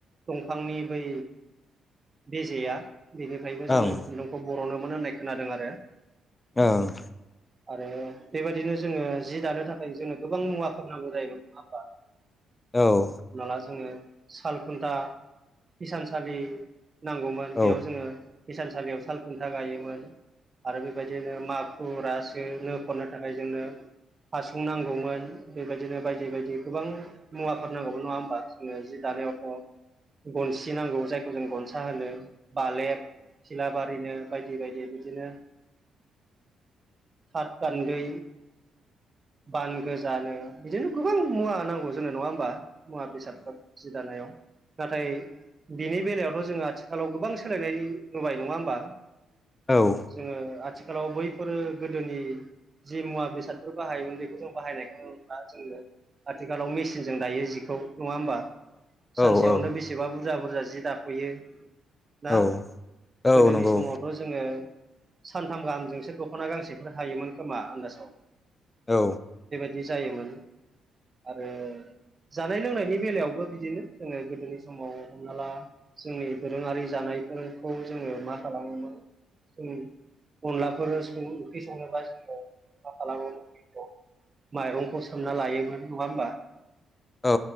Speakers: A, on the right; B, on the left.
A: दंफांनि बै बेजेया बेनिफ्रायबो जोङो
B: ओं
A: खुन्दुंखौ ब बरनोमोन होननाय खोनादों आरो।
B: औ।
A: आरो बेबायदिनो जोङो जि दानो थाखाय जोंनो गोबां मुवाफोर नांगौ जायोमोन नङा होमबा।
B: औ
A: हाला जोङो सालखुन्था हिसानसालि नांगौमोन
B: औ
A: बेयाव जोङो हिसानसालियाव साल खुन्था गायोमोन। आरो बेबायदिनो माखु <unintelligible> खननो थाखाय जोंनो हासुं नांगौमोन बेबायदिनो बायदि बायदि। जि गोबां मुवाफोर नांगौमोन नङा होमबा जोङो जि दानायावथ'। गनसि नांगौ जायखौ जों गनसा होनो बालेब सिलाबारिनो बायदि बायदि बिदिनो थाथ गान्दै बान गोजानो बिदिनो गोबां मुवा नांगौ जोंनो नङा होमबा मुवा बेसादफोर जि दानायाव नाथाय बिनि बेलायावथ' जोङो आथिखालाव गोबां सोलायनाय नुबाय नङा होमबा।
B: औ
A: जोङो आथिखालाव बैफोरो गोदोनि जि मुवा बेसादफोर बाहायोमोन बेखौ जों बाहायनायखौ नुला जोङो आथिखालाव मेसिनजों दायो जिखौ नङा होमबा
B: औ
A: सानसेयावनो
B: औ
A: बेसेबा बु बुरजा बुरजा जि दाफोयो ना
B: औ औ
A: गोदोनि
B: नंगौ
A: समावथ' जोङो सानथाम गाहामजोंसो दख'ना गांसेफोर हायोमोन खोमा आन्दाजाव।
B: औ।
A: बिदि जायोमोन आरो जानाय लोंनायनि बेलायावबो बिदिनो जोङो गोदोनि समाव हमना ला जोंनि दोरोङारि जानाय <unintelligible> जोङो मा खालामोमोन जों अनलाफोर ओंख्रि सङोबा <unintelligible> मा खालामोमोन बे माइरंखौ सोमना लायोमोन नङा होमबा।
B: औ